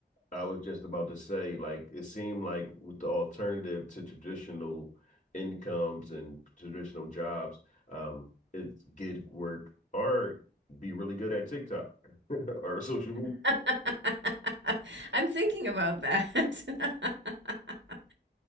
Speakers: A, on the left; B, on the right.
A: I was just about to say, like, it seemed like with the alternative to traditional incomes and traditional jobs, um, it's gig work or be really good at TikTok. <laughs> or social media.
B: <laughs> I'm thinking about that. <laughs>